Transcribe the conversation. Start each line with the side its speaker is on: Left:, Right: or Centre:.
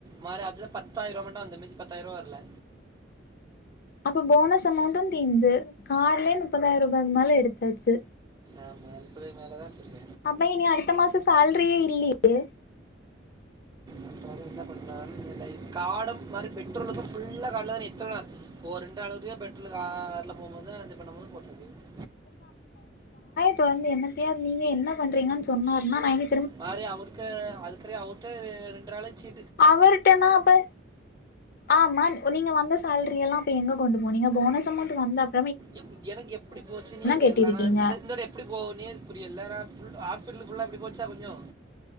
Right: மாறி அதுதா பத்தாயி ரூபா மட்டும் வந்த மிஞ்சி பத்தாய ரூபா வர்ல
Left: அப்ப போனஸ் அமௌண்ட்டும் தீந்து கார்டுலே முப்பதாய ரூபாய்க்கு மேல எடுத்தாச்சு
Right: ஆமா முப்பதாயிரத்துக்கு மேல தான் எடுத்துருக்கேன்
Left: அப்பா இனி அடுத்த மாசம் சேல்ரியே இல்லியே
Right: அடுத்த மாசோ என்ன பண்றார்னு தெர்ல காடம் மாரி பெட்ரோலுக்கு ஃபுல்லா காட்ல தானே எத்தன ஒரு ரெண்டாள் ஒட்டியே பெட்ரோல் கார்ல போம்போது தா இது பண்ணும் போது போட்ருக்கு
Left: இப்ப வந்து என்னத்தையோர் நீங்க என்ன பண்றீங்கன் சொன்னாருனா நா எங்க
Right: மாறி அவருக்கு அதுக்குறே அவுட்டு ரெண்டு நாளை சீ
Left: அவர்டேனா அப்ப ஆமா ஓ நீங்க வந்து சேல்ரியல்லா அப்ப எங்க கொண்டு போனிங்க போனஸ் அமௌண்ட் வந்தப்
Right: எ எனக்கு எப்படி போச்சுனே தெர்லனா
Left: கட்டிருக்கீங்க
Right: இந்தட இந்தட எப்புடி போகுனே புரியல நா ஃபுல் ஆஸ் பிட்லு ஃபுல்லா இப்டி போச்சா கொஞ்சோ